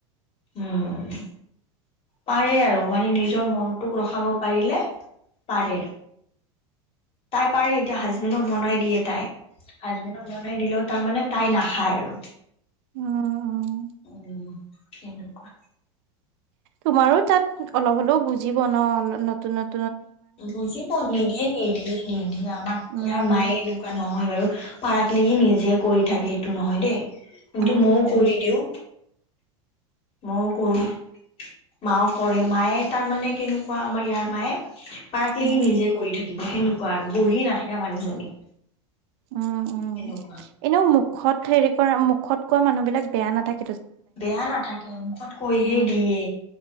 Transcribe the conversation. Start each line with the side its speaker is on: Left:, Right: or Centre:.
Left: উম পাৰে আৰু মানে নিজৰ মনটোক ৰখাব পাৰিলে পাৰে তাই পাৰে এতিয়া হাজবেণ্ডক বনাই দিয়ে তাই হাজবেণ্ডক বনাই দিলেও তাৰমানে তাই নাখায় আৰু
Right: উম উম
Left: উম কেনেকুৱা
Right: তোমাৰো তাত অলপ হলেও বুজিব ন নতুন নতুন
Left: বুজিব নিদিয়ে নিদিয়ে নিদিয়ে আমাৰ ইয়াৰ
Right: উম,
Left: মায়ে এনেকুৱা নহয় বাৰু পাৰাক লিকি নিজে কৰি থাকে সেইটো নহয় দেই কিন্তু
Right: উম,
Left: মইও কৰি দিওঁ মৌ কৰো মাও কৰে মায়ে তাৰ মানে কেনেকুৱা আমাৰ ইয়াৰ মায়ে পাৰাক
Right: উম,
Left: লিকি নিজে কৰি থাকে থাকিব সেনেকুৱা আৰু বহি নাথাকে মানুহজনী
Right: উম উম
Left: সেনেকুৱা
Right: এনেও মুখত হেৰি কৰা মুখত কোৱা মানুহ বিলাক বেয়া নাথাকে
Left: বেয়া নাথাকে মুখত কৈহে
Right: উম,
Left: দিয়ে